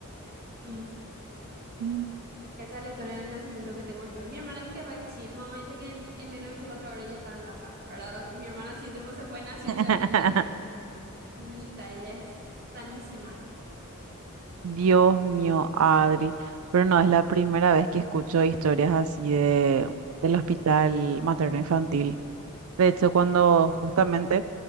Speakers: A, on the right (about 45°); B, on the right (about 65°).
A: mm.
B: Mm.
A: Y esa es la historia del nacimiento que tengo yo. Mi hermana sí que re chill, mamá dice que en, en menos de 24 horas ella estaba en casa, ¿verdad? Mi hermana sí, tipo, se fue, nació,
B: <laughs>
A: ya vino, y ella es sanita, ella es sanísima.
B: Dios mío, Adri. Pero no es la primera vez que escucho historias así de, del hospital materno infantil. De hecho, cuando justamente